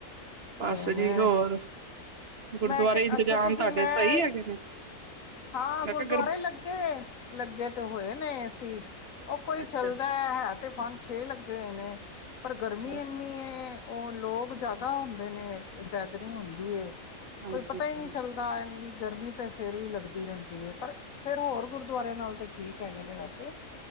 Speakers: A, on the right (about 50°); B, on the left (about 70°).
A: ਬਸ
B: ਤੇ ਮੈਂ
A: ਜੀ ਹੋਰ? ਗੁਰਦੁਆਰੇ
B: ਮੈਂ ਕਿਹਾ,
A: ਇੰਤਜ਼ਾਮ
B: ਅੱਛਾ ਤੁਸੀਂ
A: ਤੁਹਾਡੇ
B: ਮੈਂ,
A: ਸਹੀ ਹੈਗੇ ਨੇ
B: ਹਾਂ
A: ਮੈਂ
B: ਗੁਰਦੁਆਰੇ
A: ਕਿਹਾ
B: ਲੱਗੇ, ਲੱਗੇ ਤੇ ਹੋਏ ਨੇ ਏਸੀਂ, ਉਹ ਕੋਈ
A: ਅੱਛਾ
B: ਚੱਲਦੈ ਹੈ ਤੇ ਪੰਜ ਛੇ ਲੱਗੇ ਨੇੇ ਪਰ ਗਰਮੀ
A: ਅੱਛਾ ਅੱਛਾ
B: ਏੱਨੀ ਹੈ। ਉਹ ਲੋਕ ਜਿਆਦਾ ਹੁੰਦੇ ਨੇ। ਗੈਦਰਿੰਗ ਹੁੰਦੀ ਏ।
A: ਹਾਂਜੀ
B: ਕੋਈ ਪਤਾ
A: ਹਾਂਜੀ
B: ਹੀ ਨਹੀਂ ਚੱਲਦਾ ਇਹ ਦੀ ਗਰਮੀ ਤੇ ਫੇਰ ਵੀ ਲੱਗਦੀ ਰਹਿੰਦੀ ਹੈ। ਪਰ ਫੇਰ ਹੋਰ ਗੁਰਦੁਆਰਿਆਂ ਨਾਲ ਤਾਂ ਠੀਕ ਹੈਗੇ ਨੇ ਵੈਸੇ।